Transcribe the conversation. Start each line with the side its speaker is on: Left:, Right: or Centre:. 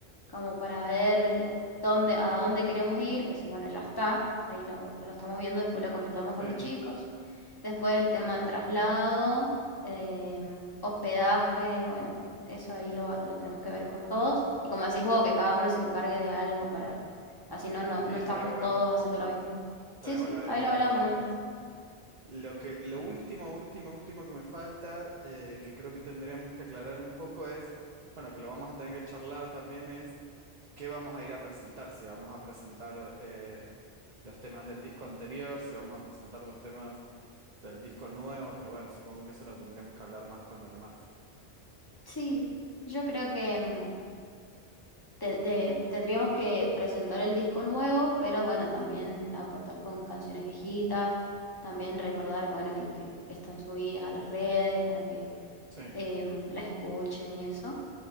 Left: como para ver dónde, a dónde queremos ir, que eso, bueno, ya está. Ahí lo, lo estamos viendo, después lo comentamos
Right: sí.
Left: con los chicos. Después el tema traslado, eh, hospedaje, bueno, eso ahí lo, va- lo tenemos que ver con todos. Y como decís vos, que cada uno se encargue de algo para, así no, no,
Right: Y
Left: no estamos
Right: estaría bueno,
Left: todos haciendo lo mismo.
Right: estaría
Left: Sí, sí,
Right: bueno dividir
Left: ahí lo
Right: las
Left: hablamos.
Right: tareas. Lo que, lo último, último, último que me falta, eh, que creo que tendríamos que aclarar un poco es, bueno, que lo vamos a tener que charlar también es qué vamos a ir a presentar, si vamos a presentar eh, los temas del disco anterior, si vamos a presentar los temas del disco nuevo, pero bueno, supongo que eso lo tendríamos que hablar más con los demás.
Left: Sí, yo creo que... em, te- de- tendríamos que presentar el disco nuevo, pero bueno, también aportar con canciones viejitas, también recordar, bueno, y que están subidas a las redes para que
Right: Sí,
Left: em, las escuchen y eso,